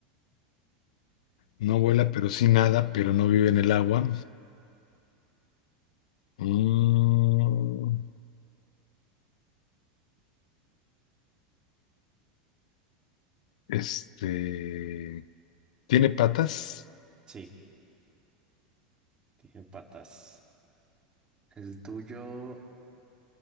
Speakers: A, on the left; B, on the right.
A: no vuela, pero sí nada, pero no vive en el agua. Mm, este, ¿tiene patas?
B: Sí. Tiene patas. El tuyo,